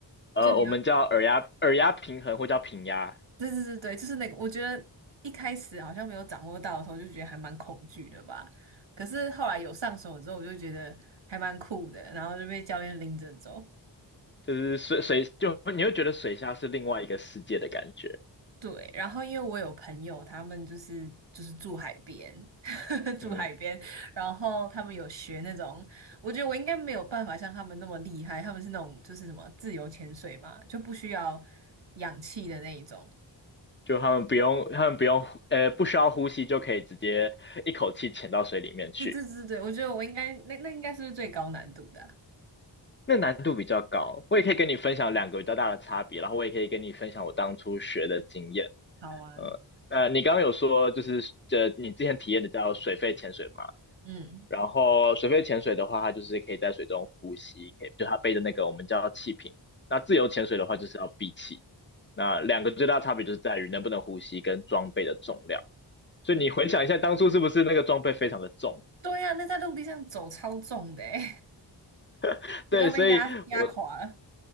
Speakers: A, on the left (about 25°); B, on the right (about 75°).
A: 呃，
B: 就你要，
A: 我们叫耳压耳压平衡，或叫平压，
B: 对对对对，就是那个。我觉得一开始好像没有掌握到的时候，就觉得还蛮恐惧的吧。可是后来有上手之后，我就觉得还蛮酷的，然后就被教练拎着走。
A: 就是水水就你会觉得水下是另外一个世界的感觉。
B: 对，然后因为我有朋友，他们就是就是住海边，<laughs> 住海边，
A: 嗯，
B: 然后他们有学那种，我觉得我应该没有办法像他们那么厉害，他们是那种就是什么自由潜水嘛，就不需要氧气的那一种。
A: 就他们不用他们不用呃不需要呼吸就可以直接一口气潜到水里面去，
B: 对对对对，我觉得我应该那那应该是最高难度的啊
A: 那难度比较高。我也可以跟你分享两个比较大的差别，然后我也可以跟你分享我当初学的经验。
B: 好啊，
A: 呃呃，你刚刚有说就是呃你之前体验的叫水肺潜水吗？
B: 嗯
A: 然后水肺潜水的话，它就是可以在水中呼吸，可以就它背的那个我们叫气瓶。那自由潜水的话，就是要闭气。那两个最大差别就是在于能不能呼吸跟装备的重量。所以你回想一下，
B: 嗯，
A: 当初是不是那个装备非常的重？
B: 对呀、那在陆地上走超重的欸，
A: <laughs>
B: <laughs> 觉得被压压垮了。
A: 对，所以我